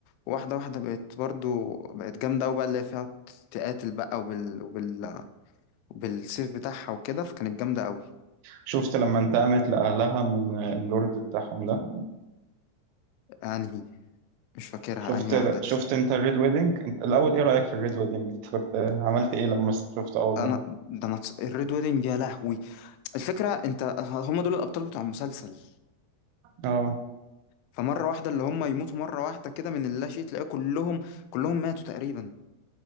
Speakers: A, on the left; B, on the right.
A: واحدة واحدة بقت برضو بقت جامدة أوي بقى اللي هي فيها تقاتل بقى وبال... وبال... بالسيف بتاعها وكده فكانت جامدة أوي
B: شفت لما انتقمت لأهلها من اللورد بتاعهم ده
A: أنهي مش فاكرها
B: شفت
A: أنهي واحدة دي
B: شفت انت الريد ويدنج انت الأول ايه رأيك في الريد ويدنج كنت عملت ايه لما شفته أول
A: أنا
B: مرة
A: ده أنا اتس- الريد ويدنج يا لهوي الفكرة أنت هم دول الأبطال بتوع المسلسل
B: اه
A: فمرة واحده اللي هم يموتوا مرة واحدة كده من اللاشيء تلاقي كلهم كلهم ماتوا تقريبا